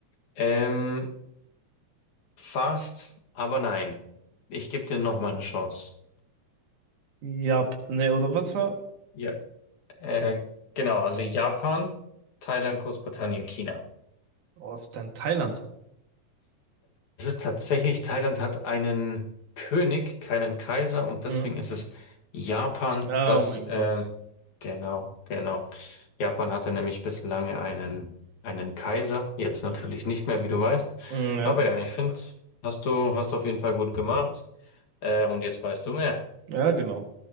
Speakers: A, on the left; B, on the right.
A: Ähm, fast, aber nein. Ich gebe dir noch mal eine Chance.
B: Ja, nee, oder was war?
A: Ja. Äh, genau, also Japan, Thailand, Großbritannien, China.
B: Oh, dann Thailand.
A: Es ist tatsächlich, Thailand hat einen König, keinen Kaiser und deswegen
B: Mhm.
A: ist es Japan,
B: Oh
A: das,
B: mein
A: äh,
B: Gott.
A: genau, genau. Japan hatte nämlich bislang einen, einen Kaiser, jetzt natürlich
B: Okay.
A: nicht mehr, wie du weißt.
B: Mm, Ja,
A: Aber ja, ich finde, hast du, hast du auf jeden Fall gut gemacht. Äh, und jetzt weißt du mehr.
B: ja, genau.